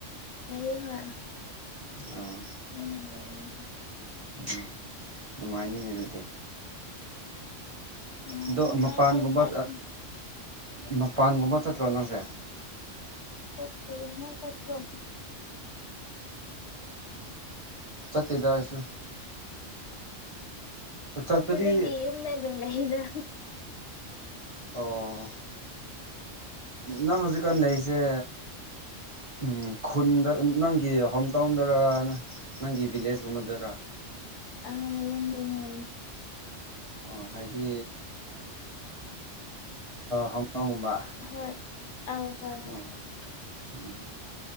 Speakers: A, on the left; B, on the right.
A: ꯂꯩꯌꯦ ꯍꯣꯢ
B: ꯑꯥ
A: <inaudible>
B: ꯎꯝ ꯅꯨꯡꯉꯥꯏꯅꯤꯅꯦ ꯑꯗꯨꯗꯤ
A: ꯅꯨꯡꯉꯥꯏ
B: ꯑꯗꯣ
A: ꯅꯨꯡꯉꯥꯏ
B: ꯃꯄꯥꯟꯒꯨꯝꯕ
A: ꯍꯥꯏꯇꯥꯔꯦ
B: ꯃꯄꯥꯟꯒꯨꯝꯕ ꯆꯠꯇ꯭ꯔꯣ ꯅꯪꯁꯦ
A: ꯆꯠꯇꯦꯗꯥ ꯅꯪ ꯆꯠꯄ꯭ꯔꯣ
B: ꯆꯠꯇꯦꯗ ꯑꯩꯁꯨ
A: ꯄꯣꯛꯄꯗꯒꯤ
B: ꯆꯠꯄꯗꯤ
A: ꯌꯨꯝꯗ ꯑꯗꯨꯝ ꯂꯩꯗ
B: ꯑꯣ ꯅꯪ ꯍꯧꯖꯤꯛꯀꯥꯟ ꯂꯩꯁꯦ ꯎꯝ ꯈꯨꯟꯗ ꯅꯪꯒꯤ ꯍꯣꯝ ꯇꯥꯎꯟꯗꯔ ꯅ ꯅꯪꯒꯤ ꯚꯤꯂꯦꯖꯀꯨꯝꯕꯗꯔꯥ
A: ꯑ ꯌꯨꯝꯗꯅꯦ
B: ꯑꯣ ꯍꯥꯏꯗꯤ ꯍꯦꯝꯗꯣꯡꯒꯨꯝꯕ
A: ꯍꯣꯏ ꯑꯧ ꯍꯣꯏ ꯍꯣꯏ
B: ꯑꯣ ꯎꯝ